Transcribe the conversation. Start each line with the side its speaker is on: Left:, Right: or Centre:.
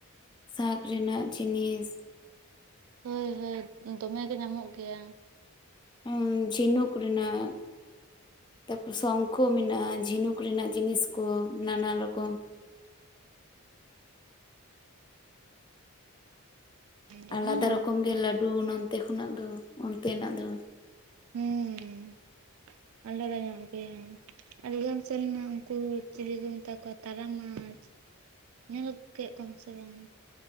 Left: ᱥᱟᱸᱠ ᱨᱮᱱᱟᱜ ᱡᱤᱱᱤᱥ
Right: ᱦᱳᱭ, ᱦᱳᱭ, ᱫᱚᱢᱮ ᱜᱮ ᱧᱟᱢᱚᱜ ᱜᱮᱭᱟ᱾
Left: ᱦᱩᱢ, ᱡᱷᱤᱱᱩᱠ ᱨᱮᱱᱟᱜ ᱛᱟᱨᱯᱚᱨ ᱥᱚᱝᱠᱷᱚ ᱢᱮᱱᱟᱜᱼᱟ, ᱡᱷᱤᱱᱩᱠ ᱨᱮᱱᱟᱜ ᱡᱤᱱᱤᱥ ᱠᱚ ᱱᱟᱱᱟ ᱨᱚᱠᱚᱢ
Right: ᱫᱚᱢᱮ
Left: ᱟᱞᱟᱫᱟ
Right: ᱧᱟᱢᱚᱜ
Left: ᱨᱚᱠᱚᱢ
Right: ᱜᱮᱭᱟ
Left: ᱜᱮ ᱞᱟᱹᱰᱩ, ᱱᱚᱱᱛᱮ ᱠᱷᱚᱱᱟᱜ ᱫᱚ, ᱚᱱᱛᱮ ᱱᱟᱜ ᱫᱚ᱾
Right: ᱦᱮᱸ, ᱟᱞᱟᱫᱟ ᱧᱚᱜ ᱜᱮᱭᱟ᱾ ᱟᱰᱤᱜᱟᱱ ᱥᱮᱞᱱᱟ, ᱩᱱᱠᱩ ᱪᱮᱞᱮ ᱠᱚ ᱢᱮᱛᱟ ᱠᱚᱣᱟ ᱛᱟᱨᱟ ᱢᱟᱪ᱾ ᱧᱮᱞ ᱠᱮᱜ ᱠᱚᱣᱟᱢ ᱥᱮ ᱵᱟᱝ-ᱟ?